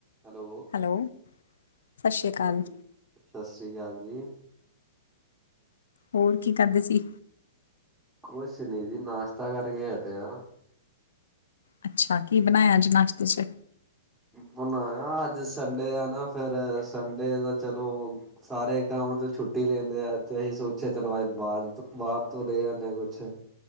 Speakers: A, in the centre; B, on the left.
A: Hello
B: hello, ਸਤਿ ਸ੍ਰੀ ਅਕਾਲ।
A: ਹਾਂਜੀ ਸਤਿ ਸ੍ਰੀ ਅਕਾਲ ਜੀ।
B: ਹੋਰ ਕੀ ਕਰਦੇ ਸੀ।
A: ਕੁਛ ਨੀ ਜੀ ਨਾਸ਼ਤਾ ਕਰਕੇ ਹਟੇ ਆਂ।
B: ਅੱਛਾ ਕੀ ਬਣਾਇਆ ਅੱਜ ਨਾਸ਼ਤੇ 'ਚ
A: ਬਣਾਇਆ ਅੱਜ ਸੰਡੇ ਆ ਨਾ ਫਿਰ ਸੰਡੇ ਦਾ ਚਲੋ। ਸਾਰੇ ਕੰਮ ਤੋਂ ਛੁੱਟੀ ਲੈਂਦੇ ਆ ਤੇ ਅਸੀਂ ਸੋਚਿਆ ਚਲੋ ਅੱਜ ਬਾਰ ਤੋਂ ਬਾਰ ਤੋਂ ਲੈ ਆਣੇ ਕੁਛ